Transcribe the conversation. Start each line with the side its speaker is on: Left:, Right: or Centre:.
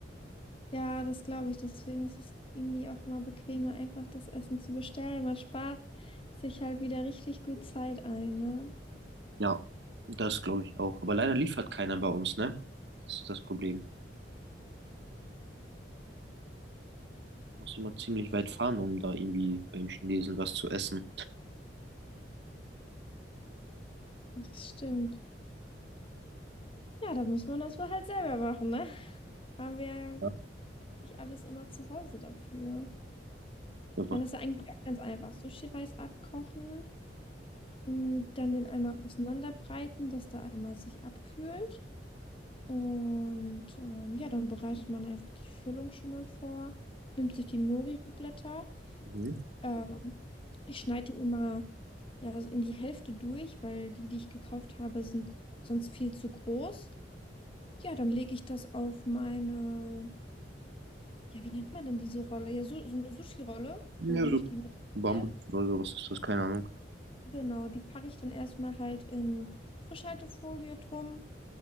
Left: Ja, das glaube ich. Deswegen ist es irgendwie auch mal bequemer, einfach das Essen zu bestellen. Man spart sich halt wieder richtig gut Zeit ein, ne?
Right: Ja, das glaube ich auch. Aber leider liefert keiner bei uns, ne? Das ist das Problem. Muss immer ziemlich weit fahren, um da irgendwie beim Chinesen was zu essen.
Left: Das stimmt. Ja, dann muss man das wohl halt selber machen, ne? Haben wir ja
Right: Ja,
Left: nicht alles immer zu Hause dafür.
Right: aber,
Left: Ich meine, das ist ja eigentlich auch ganz einfach. Sushi-Reis abkochen, mh, dann den einmal auseinanderbreiten, dass da einmal sich abkühlt. Und ähm, ja, dann bereitet man einfach die Füllung schon mal vor, nimmt sich die Nori-Blätter.
Right: mhm.
Left: Ähm, Ich schneide die immer ja, so in die Hälfte durch, weil die, die ich gekauft habe, sind sonst viel zu groß. Ja, dann lege ich das auf meine, ja, wie nennt man denn diese Rolle? Ja, so, so eine Sushi-Rolle,
Right: Ja,
Left: wo, wo
Right: so
Left: ich die mitdrehe.
Right: Bambus oder so, was ist das? Keine Ahnung.
Left: Genau, die packe ich dann erstmal halt in Frischhaltefolie drum,